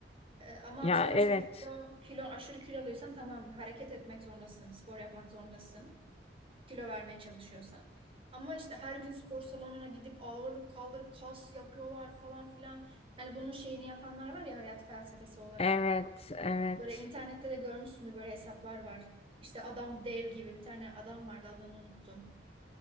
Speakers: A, on the right; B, on the left.
A: Ee, ama
B: Ya
A: atıyorum
B: evet,
A: işte kilo, kilo aşırı kiloluysan tamam hareket etmek zorundasın, spor yapmak zorundasın. Kilo vermeye çalışıyorsan. Ama işte her gün spor salonuna gidip ağırlık kaldırıp kas yapıyorlar falan filan. Hani bunun şeyini yapanlar var ya hayat felsefesi olarak.
B: evet, evet.
A: Böyle internette de görmüşsündür böyle hesaplar var. İşte adam dev gibi bir tane adam vardı adını unuttum